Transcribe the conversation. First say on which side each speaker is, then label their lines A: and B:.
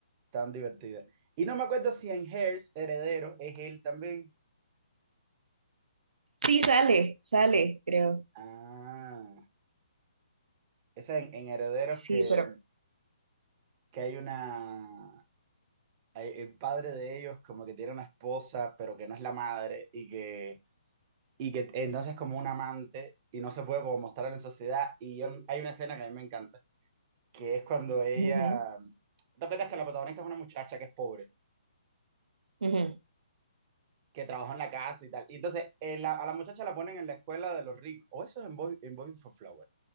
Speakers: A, on the right; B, on the right.
A: Tan divertida. Y no me acuerdo si en Hairs, Heredero, es él también.
B: Sí, sale, sale, creo.
A: Ah, esa en, en Herederos
B: Sí,
A: que,
B: pero.
A: que hay una... hay- El padre de ellos como que tiene una esposa, pero que no es la madre y que, y que entonces es como un amante y no se puede como mostrar en sociedad. Y yo, hay una escena que a mí me encanta, que es cuando ella...
B: ujú,
A: ¿Te acuerdas que la protagonista es una muchacha que es pobre,
B: ujú.
A: que trabaja en la casa y tal? Y entonces eh, la- a la muchacha la ponen en la escuela de los ricos. O eso es en Boy, en Boy for Flowers.